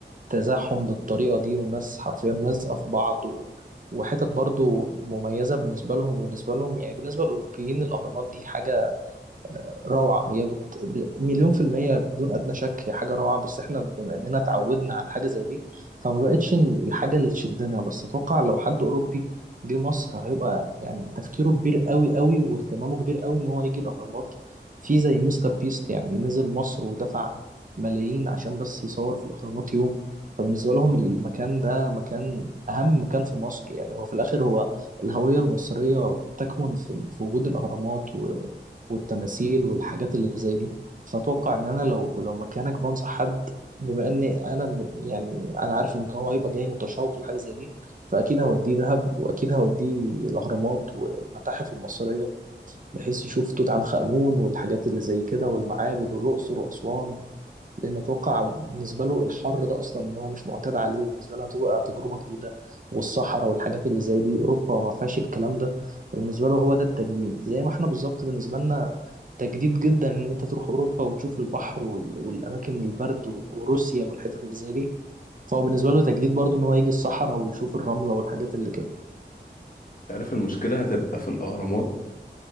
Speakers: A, on the right; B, on the left.
A: تزاحم بالطريقة دي وناس حرفيا لازقة في بعض و... وحتت برضو مميزة بالنسبة لهم وبالنسبة لهم يعني بالنسبة للأوروبيين الأهرامات دي حاجة روعة هي بت... ب- مليون في المية بدون أدنى شك هي حاجة روعة بس احنا بما إننا اتعودنا على حاجة زي دي فما بقتش الحاجة اللي تشدنا بس أتوقع لو حد أوروبي جه مصر هيبقى يعني تفكيره كبير قوي قوي واهتمامه كبير قوي إن هو يجي الأهرامات في زي مستر بيست يعني نزل مصر ودفع ملايين عشان بس يصور في الأهرامات يوم فبالنسبة لهم المكان ده مكان أهم مكان في مصر يعني هو في الآخر هو الهوية المصرية تكمن في في وجود الأهرامات والتماثيل والحاجات اللي زي دي فأتوقع إن أنا لو لو مكانك بنصح حد بما إني أنا م- يعني أنا عارف إن هو هيبقى جاي متشوق لحاجة زي دي فأكيد هوديه دهب وأكيد هوديه الأهرامات والمتاحف المصرية بحيث يشوف توت عنخ آمون والحاجات اللي زي كده والمعابد والأقصر وأسوان لان اتوقع بالنسبه له الحر ده اصلا ان هو مش معتاد عليه وبالنسبه له هتبقى تجربه جديده والصحراء والحاجات اللي زي دي اوروبا ما فيهاش الكلام ده فبالنسبه له هو ده التجديد زي ما احنا بالظبط بالنسبه لنا تجديد جدا ان انت تروح اوروبا وتشوف البحر وال- والاماكن البرد وال- وروسيا والحتت اللي زي دي فهو بالنسبه له تجديد برضه ان هو يجي الصحراء ويشوف الرمله والحاجات اللي كده
B: عارف المشكلة هتبقى في الاهرامات